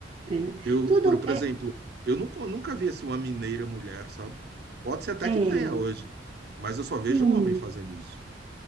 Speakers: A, on the right; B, on the right.
A: é.
B: Eu,
A: Tudo
B: por, por
A: é,
B: exemplo, eu nunca, nunca vi assim uma mineira mulher, sabe? Pode ser até
A: é.
B: que tenha hoje, mas eu só vejo
A: Sim,
B: um homem fazendo isso.